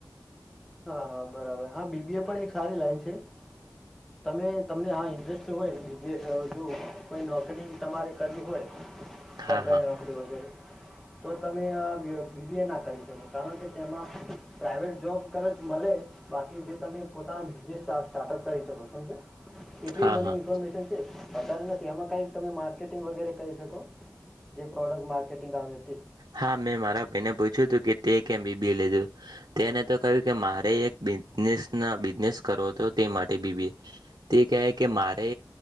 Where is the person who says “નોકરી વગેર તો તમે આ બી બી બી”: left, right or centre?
Centre